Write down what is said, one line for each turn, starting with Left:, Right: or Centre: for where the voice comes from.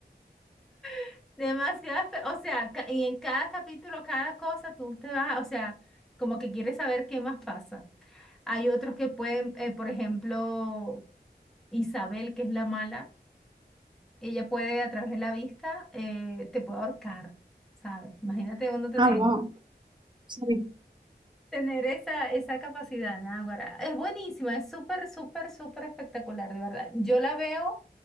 Centre: <laughs> demasiado, o sea, ca- y en cada capítulo, cada cosa, tú te vas, o sea, como que quieres saber qué más pasa. Hay otros que pueden, eh, por ejemplo Isabel, que es la mala, ella puede a través de la vista, eh, te puede ahorcar, ¿sabes? Imagínate uno tener,
Right: Ah, wow. Sí.
Centre: tener esa, esa capacidad, Náguara. Es buenísima, es súper, súper, súper espectacular, de verdad. Yo la veo,